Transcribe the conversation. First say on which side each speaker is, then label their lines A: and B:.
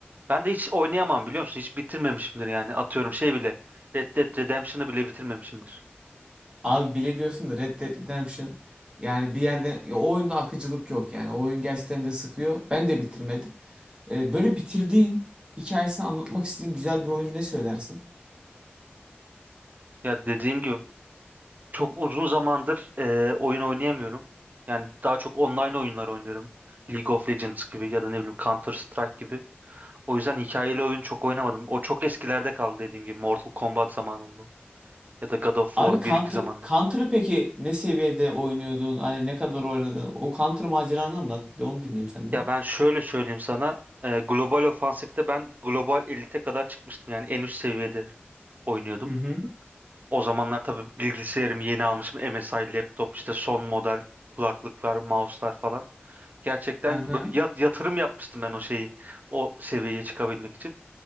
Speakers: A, on the right; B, on the right.
A: Ben de hiç oynayamam biliyor musun? Hiç bitirmemişimdir yani. Atıyorum şey bile. Red Dead Redemption'ı bile bitirmemişimdir.
B: Abi bile diyorsun da Red Dead Redemption yani bir yerde ya o oyunda akıcılık yok yani o oyun gerçekten de sıkıyor. Ben de bitirmedim. Ee, böyle bitirdiğin hikayesini anlatmak istediğin güzel bir oyun ne söylersin?
A: Ya dediğim gibi Çok uzun zamandır e, oyun oynayamıyorum. Yani daha çok online oyunlar oynuyorum. League of Legends gibi ya da ne bileyim Counter Strike gibi. O yüzden hikayeli oyun çok oynamadım. O çok eskilerde kaldı dediğim gibi Mortal Kombat zamanında ya da God of
B: Abi
A: War
B: Counter,
A: bir iki zamanında.
B: Counter'ı peki ne seviyede oynuyordun? Hani ne kadar oynadın? O Counter maceranı anlat. Bir de onu dinleyeyim senden.
A: Ya ben şöyle söyleyeyim sana. e, global ofansifte ben global elite kadar çıkmıştım. Yani en üst seviyede oynuyordum.
B: Hı hı.
A: O zamanlar tabii bilgisayarımı yeni almışım. MSI laptop işte son model kulaklıklar, mouse'lar falan. Gerçekten
B: Aha.
A: böyle yat- yatırım yapmıştım ben o şeyi, o seviyeye çıkabilmek için.